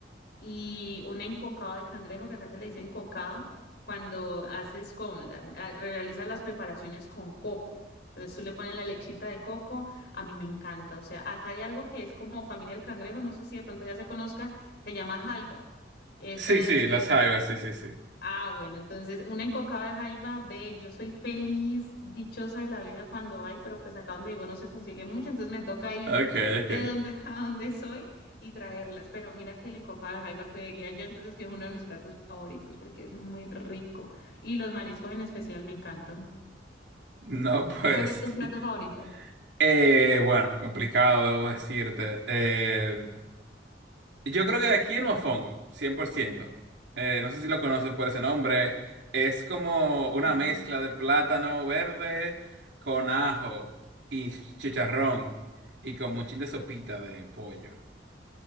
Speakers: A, on the left (about 65°); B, on the right (about 70°).
A: y un encocado de cangrejo, que acá se le dice encocado, cuando haces con, la- a- realizas las preparaciones con coco. Entonces tú le pones la lechita de coco, a mí me encanta. O sea, acá hay algo que es como familia del cangrejo, no sé si de pronto ya se conozca, se llama jaiba. Esta
B: Sí, sí,
A: es,
B: las
A: es
B: jaivas, sí, sí, sí.
A: Ah, bueno, entonces una encocada de jaiba, ve, yo soy feliz, dichosa de la vida cuando hay, pero pues acá donde vivo no se consigue mucho, entonces me toca ir
B: Ok,
A: de
B: ok.
A: donde <laughs> a donde soy y traerlas. Pero mira que el encocado de jaiba creería yo entonces que es uno de mis platos favoritos porque es muy rico y los mariscos en especial me encantan.
B: No, pues,
A: ¿Tú ¿Cuál es tu plato favorito?
B: <laughs> eh, bueno, complicado, debo decirte. Eh, yo creo que de aquí el mofongo, 100%. Eh, no sé si lo conoces por ese nombre. Es como una
A: Mm,
B: mezcla de plátano verde con ajo y chicharrón y como un chin de sopita de pollo.